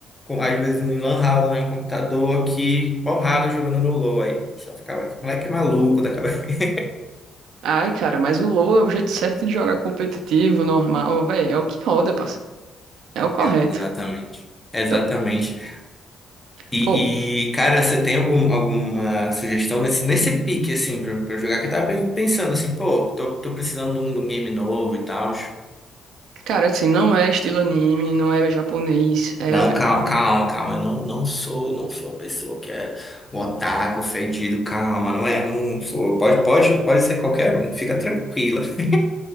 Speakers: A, on the left; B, on the right.
A: com- às vezes, em lan house, né? Um computador aqui, porrada, jogando no low. Aí só ficava, esse moleque é maluco da cabeça. <laughs>
B: Ai, cara, mas o LoL é o jeito certo de jogar competitivo, normal, velho. É o que roda, parceiro. É o correto.
A: É, Exatamente. Exatamente.
B: É o-
A: E,
B: pô,
A: e, cara, você tem algum, alguma sugestão nesse, nesse pique, assim, pra, pra eu jogar? Que eu tava pen- pensando assim, pô, tô, tô precisando de um, de um game novo e tal.
B: Cara, assim, não é estilo anime, não é japonês, é...
A: Não, calma, calma, calma. Eu não, não sou, não sou a pessoa que é o otaku fedido. Calma, não é, não, não sou. Pode, pode, pode ser qualquer um. Fica tranquila. <laughs>